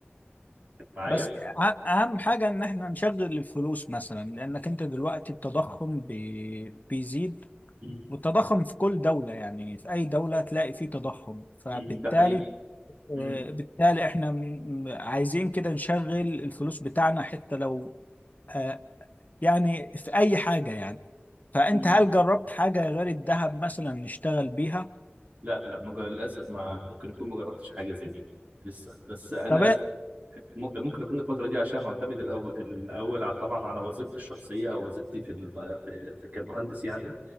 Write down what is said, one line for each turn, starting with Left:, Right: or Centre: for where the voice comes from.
Right: معايا
Left: بس أه- اهم حاجة ان احنا نشغل الفلوس مثلا لانك انت دلوقتي التضخم بي- بيزيد
Right: مم.
Left: والتضخم في كل دولة يعني في اي دولة تلاقي فيه تضخم فبالتالي
Right: مم، ده حقيقي مم.
Left: آه، بالتالي احنا م- عايزين كده نشغل الفلوس بتاعنا حتى لو آه، يعني في اي حاجة يعني فانت
Right: مم.
Left: هل جربت حاجة غير الذهب مثلا نشتغل بيها
Right: لا لا ما جر- للاسف ما ممكن يكون ما جربتش حاجه زي دي لسه بس انا
Left: طب إيه؟
Right: م- ممكن اكون الفتره دي عشان معتمد الاول الاول على- طبعا على وظيفتي الشخصيه او وظيفتي في ال- في في كمهندس يعني